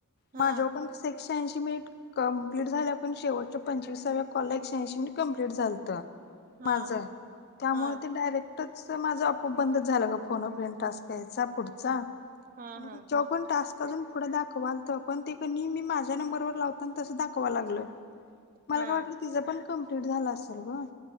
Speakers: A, on the right (about 40°); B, on the left (about 45°).
A: हा
B: माझ्यांवर पणं एकशे ऐंशी मिनिटं कंप्लीट झाल्यां पणं शेवटच्या पंचवीसाव्या कॉला एकशे ऐंशी कंप्लीट झालतं
A: हा
B: माझं त्यामुळें
A: हा
B: ते डायरेक्ट माझं आपोआप बंदच झालं गं फोन फेन टास्कं यांयचा पुढचां
A: हा
B: आणि
A: हा
B: पणं टास्कं अजूंन पुढं दाखवांलत पणं ते कणी मी माझ्या नंबरवर लावतांना ते तसं दाखवां लागलं मलां
A: हा
B: कायं वाटलं तिचं पणं कम्प्लीट झालं असेल गं